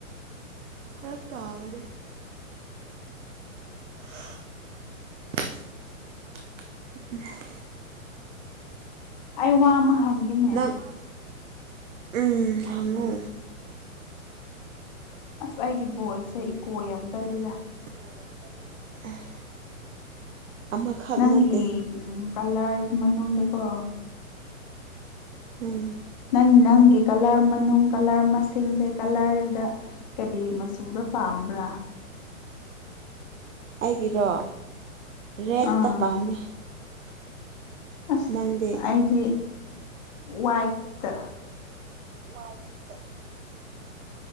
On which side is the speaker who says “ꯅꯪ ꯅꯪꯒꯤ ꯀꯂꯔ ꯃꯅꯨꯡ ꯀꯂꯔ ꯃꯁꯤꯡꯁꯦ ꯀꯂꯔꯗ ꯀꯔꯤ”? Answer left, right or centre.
Left